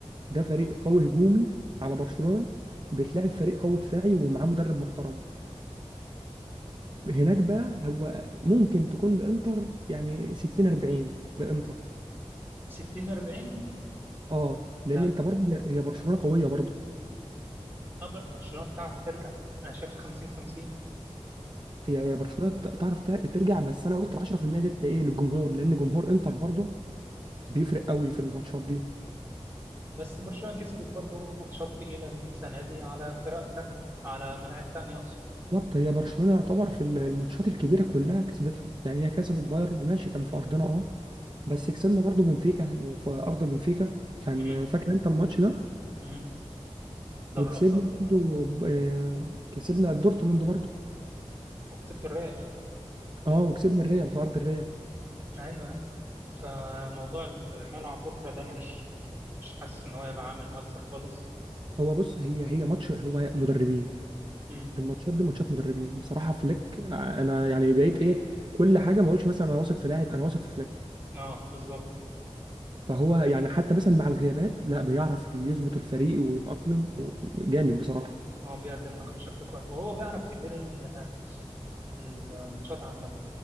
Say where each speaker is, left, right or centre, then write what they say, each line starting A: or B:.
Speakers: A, on the right; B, on the right.
A: ده فريق قوي هجومي على برشلونة بتلاعب فريق قوي دفاعي ومعاه مدرب محترم هناك بقى هو ممكن تكون الانتر يعني 60 40 لانتر
B: 60 40
A: اه
B: لا
A: لان انت برضه هي هي برشلونة قوية برضه
B: أه، ب- برشلونه بتعرف ترجع انا شايفها 50 50
A: هي هي برشلونة ت- تعرف ت- ترجع بس انا قلت ال 10% ديت ايه للجمهور لان جمهور انتر برضه بيفرق قوي في الماتشات دي
B: بس برشلونه كسبت برضه ماتشات تقيله السنه دي على فرق تانية على ملاعب تانية اقصد
A: بالظبط هي برشلونة يعتبر في الماتشات الكبيرة كلها كسبتها يعني هي كسبت بايرن ماشي كان في ارضنا اه بس كسبنا برضو بنفيكا هن- في ارض بنفيكا كان
B: امم
A: فاكر انت الماتش ده
B: امم دوري
A: وكسبنا
B: الابطال
A: برضو ب- آه، كسبنا دورتموند برضو
B: وكسبت الريال كسبت.
A: اه وكسبنا الريال في ارض الريال
B: ايوه أيوة. فموضوع الملعب بكره ده انا مش مش حاسس ان هو يبقى عامل مؤثر خالص
A: هو بص هي هي ماتش هو مدربين
B: امم
A: الماتشات دي ماتشات مدربين بصراحة فليك آه، انا يعني بقيت ايه كل حاجة ما اقولش مثلا انا واثق في لاعب انا واثق في فليك
B: اه بالظبط
A: فهو يعني حتى مثلا مع الغيابات لا بيعرف يظبط الفريق ويتأقلم و- جامد بصراحة
B: هو بيقدم حاجه بشكل كويس وهو بيعرف يدير ال- الماتشات عامه